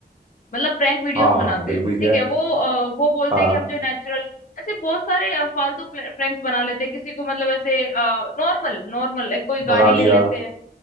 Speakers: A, on the left; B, on the right.
A: मतलब प्रैंक वीडियोस
B: हाँ
A: बनाते
B: बिल्कुल
A: हैं
B: किया
A: ठीक है
B: है
A: वो अ, वो बोलते
B: हाँ
A: हैं कि हम जो नेचुरल ऐसे बहुत सारे अ, फालतू प्रैंक्स बना लेते हैं किसी को मतलब ऐसे नॉर्मल नॉर्मल कोई गाड़ी
B: डरा
A: ले
B: दिया
A: लेते हैं